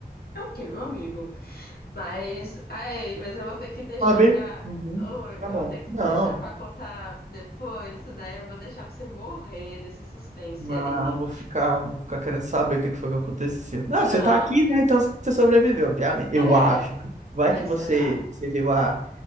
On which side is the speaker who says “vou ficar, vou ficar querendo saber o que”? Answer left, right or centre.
Right